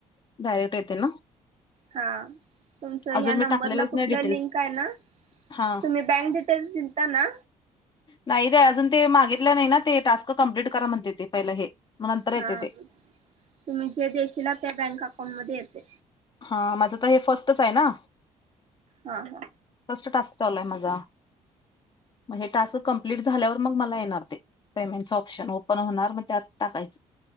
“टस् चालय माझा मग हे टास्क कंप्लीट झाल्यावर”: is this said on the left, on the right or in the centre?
Left